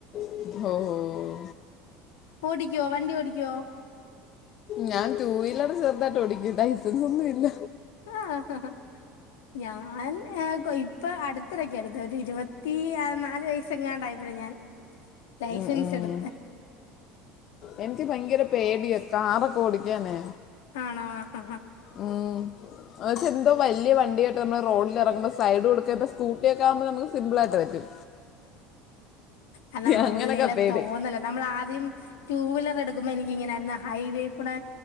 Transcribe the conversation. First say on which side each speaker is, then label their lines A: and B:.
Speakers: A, on the left; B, on the left.
A: ഒഹ് ഓഹ്
B: ഓടിക്കുവോ വണ്ടി ഓടിക്കുവോ
A: ഞാൻ ടു വീലർ ചേർതായിട്ട് ഓടിക്ക ലൈസൻസ് ഒന്നുംല്ല
B: ആഹ് ഞാൻ കോയി ഇപ്പൊ അടുത്തിടയ്ക്കാണ് എടുത്ത ഒരു ഇരുപത്തി നാല് വയസ്സെങ്ങാണ്ടായപ്പോഴ ഞാൻ ലൈസൻസ്
A: ഉം ഉം.
B: എടു
A: എനിക്ക് ഭയങ്കര പേടിയ കാറൊക്കെ ഓടിക്കാനെ
B: ആണോ ആഹ്ഹ
A: ഉം എന്തോ വലിയ വണ്ടിയായിട്ട് നമ്മൾ റോഡിൽ ഇറങ്ങുമ്പോൾ സൈഡ് കൊടുക്ക ഇപ്പ സ്കു സ്കൂട്ടി ഒക്കെ ആകുമ്പൾ നമുക്ക്‌ സിമ്പിളായിട്ട് പറ്റും
B: അത് നമ്മുടെ
A: അങ്ങനൊക്കെ
B: ഉള്ളിലെ
A: പേടി
B: തോന്നല നമ്മൾ ആദ്യം ടു വീലർ എടുക്കുമ്പോ എനിക്കിങ്ങനൊ ഹൈവേക്ക്ടെ